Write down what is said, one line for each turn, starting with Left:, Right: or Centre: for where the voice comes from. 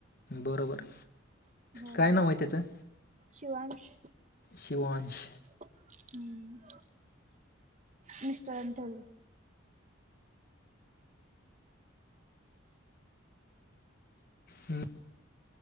Left: बरोबर.
Right: हो
Left: काय नाव आहे त्याचं?
Right: शिवांश.
Left: शिवांश
Right: हम्म मिस् तंतल.
Left: हम